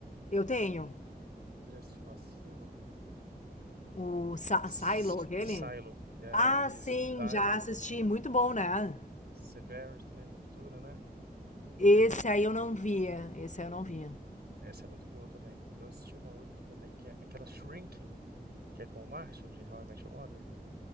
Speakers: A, on the left; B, on the right.
A: Eu tenho.
B: Você já assistiu Asilo?
A: O Sa-
B: S-
A: Silo, aquele?
B: Silo, é,
A: Ah,
B: isso.
A: sim,
B: Silo,
A: já assisti. Muito bom, né?
B: Severance também, Ruptura, né? O...
A: Esse aí eu não via. Esse aí eu não via.
B: Essa é muito boa também. Eu assisti uma outra também, que é aquela Shrinking, que é com o Marshall, de How I Met Your Mother.